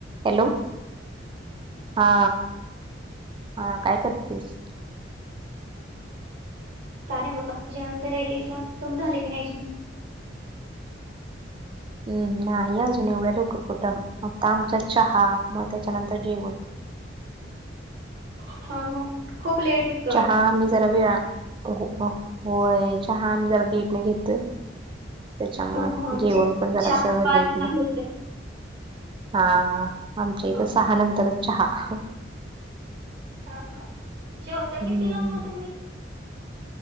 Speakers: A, on the right; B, on the right.
A: Hello. हा हा काय करतेस?
B: काय नाही बघा जेवण करायले तुमच झालं की नाही जेवण?
A: हम्म. नाही अजून, एवढ्या लवकर कुठं आत्ता आमच्यात चहा मग त्याच्यानंतर जेवण.
B: हा हा खूप लेट होत
A: चहा आम्ही जरा वेळा हो हो होय चहा आम्ही जरा लेटने घेतोय. त्याच्यामुळ
B: हा हो आमचे
A: जेवण पण जरासं
B: चार पाच
A: लेट न
B: ला होत
A: हा आमच्या इथ
B: हा
A: सहा नंतरच चहा.
B: हा हा जेवता
A: हम्म
B: कितीला म तुम्ही?